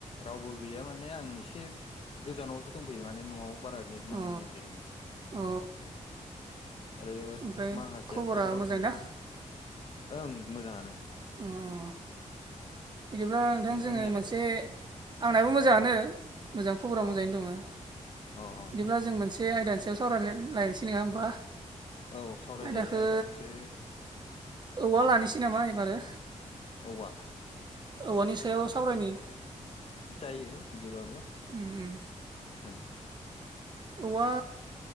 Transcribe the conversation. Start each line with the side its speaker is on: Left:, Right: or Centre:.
Left: रावबो गैया माने आं एसे गोजानावसो दंफैयो माने न'आव बारा नेद नांनो
Right: अ
Left: नागिरा।
Right: अ।
Left: ओ आरो
Right: ओमफ्राय
Left: माखासेया
Right: खबरा
Left: फोथाराव
Right: मोजां
Left: थांदों।
Right: ना
Left: ओं मोजाङानो।
Right: अ। बिदिब्ला नोंथां
Left: नोंथांनियालाय
Right: जोङो मोनसे, आंनाबो मोजाङानो। मोजां खबरा
Left: अ
Right: मोजाङैनो दङो।
Left: अ अ
Right: बिदिब्ला जों मोनसे दे आयदानि सायाव सावराय लाय- लायनोसै नङा होमबा?
Left: औ सावरायजायो
Right: आयदाखो
Left: आयदाखौसो
Right: औवा लानोसै नामा एबारो।
Left: औवा
Right: औवानि सायाव सावरायनि।
Left: जायो बिदिबाबो
Right: उम उम
Left: होम।
Right: औवा,